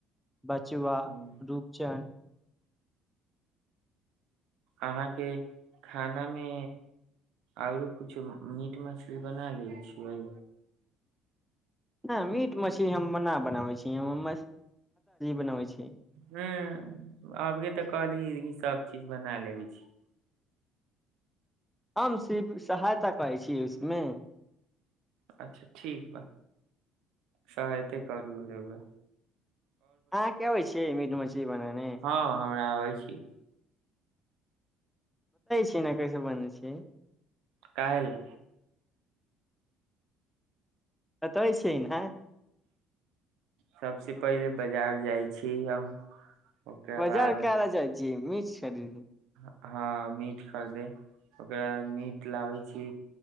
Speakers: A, in the centre; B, on the right (about 80°).
A: बचुआ
B: ह
A: रूपचन्द
B: अहाँके खानामे आरो किछो मीट मछली बना लै छियै
A: नहि मीट मछली हम नहि बनाबै छी हम बनाबै छी
B: ह आबगे तऽ काहली सब चीज बना लेबै छी
A: हम सिर्फ सहायता करै छी उसमे
B: अच्छा ठीक बा सहायते करू रोउए
A: हँ क होय छै मीट मछली बनने
B: हँ आबै छी
A: छियै ने कैसे बनै छियै
B: काहे ल
A: कतै छीयै ने
B: सबसे पहिले बाजार जाइ छी हम ओकरा
A: बजार
B: बाद
A: काय ले जाइ छी निछ- की
B: हँ मीट खरीदे ओकरा बाद मीट लाबै छी